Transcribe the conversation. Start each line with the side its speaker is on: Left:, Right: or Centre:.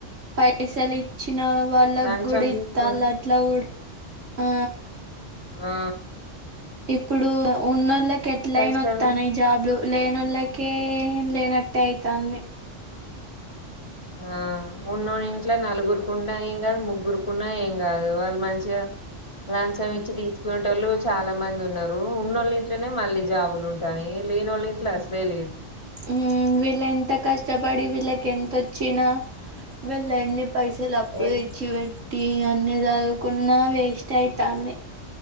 Right: పైసలు వచ్చిన వాళ్ళ
Left: లంచం
Right: గుడి ఇస్తళ
Left: తీసుకో
Right: అట్లా ఆ
Left: ఆ
Right: ఇప్పుడు ఉన్నోళ్ళకి ఎట్లైన్
Left: పైసలు
Right: వస్తాను ఈ జాబ్లు లేన వాళ్ళకే లేనట్టే అవుతుంది
Left: ఆ ఉన్నోన్నింట్లో నలుగురుకున్నా ఏం కాదు ముగ్గురుకున్నా ఏం కాదు వాళ మంచిగా లంచం ఇచ్చి తీసుకునేటోళ్ళు చాలా మంది ఉన్నారు ఉన్నోళ్ళ ఇంట్లోనే మళ్ళీ జాబులు ఉంటాయి లేనోళ్ళ ఇంట్లో అసలే లేదు
Right: హ్మ్ వీళ్ళెంత కష్టపడి వీళ్ళకి ఎంతొచ్చినా వీళ్ళు ఎన్ని పైసలు అప్పు
Left: ఏం
Right: తెచ్చి పెట్ టీ అన్నీ చదువుకున్నా వేస్ట్ అయితాంది